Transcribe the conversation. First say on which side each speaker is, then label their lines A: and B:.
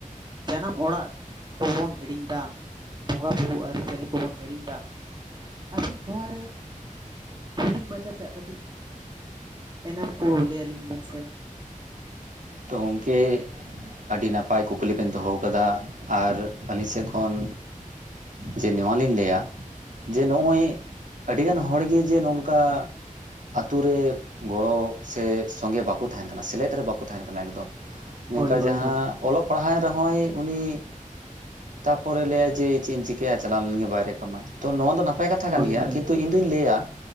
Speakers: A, on the right; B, on the right.
A: ᱡᱟᱱᱟᱢ ᱚᱲᱟᱜ ᱠᱚᱵᱚᱱ ᱦᱤᱲᱤᱧ ᱫᱟ, ᱵᱚᱸᱜᱟ ᱵᱩᱨᱩ ᱟᱹᱨᱤᱪᱟᱹᱞᱤ ᱠᱚᱵᱚᱱ ᱦᱤᱲᱤᱧ ᱫᱟ ᱟᱵᱮᱱ ᱱᱚᱣᱟᱨᱮ ᱦᱩᱰᱤᱧ ᱢᱟᱪᱷᱟ ᱛᱮᱭᱟᱜ ᱠᱟᱹᱴᱤᱡ ᱮᱱᱮᱢ ᱠᱚ ᱞᱟᱹᱭ ᱟᱹᱞᱤᱧ ᱵᱮᱱ ᱥᱮ
B: ᱛᱚ ᱜᱚᱝᱠᱮ ᱟᱹᱰᱤ ᱱᱟᱯᱟᱭ ᱠᱩᱠᱞᱤ ᱵᱮᱱ ᱫᱚᱦᱚᱣ ᱠᱟᱫᱟ ᱟᱨ ᱟᱹᱞᱤᱧ ᱥᱮᱜ ᱠᱷᱚᱱ ᱡᱮ ᱱᱚᱣᱟ ᱞᱤᱧ ᱞᱟᱹᱭᱟ ᱡᱮ ᱱᱚᱜ ᱚᱭ ᱟᱹᱰᱤᱜᱟᱱ ᱦᱚᱲ ᱜᱮ ᱡᱮ ᱱᱚᱝᱠᱟ ᱟᱹᱛᱩ ᱨᱮ ᱜᱚᱲᱚ ᱥᱮ ᱥᱚᱸᱜᱮ ᱵᱟᱠᱚ ᱛᱟᱦᱮᱱ ᱠᱟᱱᱟ ᱥᱮᱞᱮᱫ ᱨᱮ ᱵᱟᱠᱚ ᱠᱚ ᱛᱟᱦᱮᱱ ᱠᱟᱱᱟ ᱮᱠᱫᱚᱢ ᱱᱤᱝᱠᱟ
A: ᱦᱳᱭ ᱦᱳᱭ
B: ᱡᱟᱦᱟᱸ
A: ᱦᱳᱭ
B: ᱚᱞᱚᱜ ᱯᱟᱲᱦᱟᱣᱮᱱ ᱨᱮᱦᱚᱸᱭ ᱩᱱᱤ ᱛᱟᱯᱚᱨᱮ ᱞᱟᱹᱭᱟᱭ ᱡᱮ ᱪᱮᱫ ᱤᱧ ᱪᱤᱠᱟᱹᱭᱟ ᱪᱟᱞᱟᱣ ᱞᱮᱱ ᱜᱮ ᱵᱟᱭᱨᱮ ᱠᱟᱢᱟᱭ ᱛᱚ ᱱᱚᱣᱟ ᱫᱚ ᱱᱟᱯ ᱯᱟᱭ ᱠᱟᱛᱷᱟ ᱠᱟᱱ
A: ᱦᱳᱭ
B: ᱜᱮᱭᱟ
A: ᱦᱳᱭ
B: ᱠᱤᱱᱛᱩ ᱤᱧ ᱫᱩᱧ ᱞᱟᱹᱭᱟ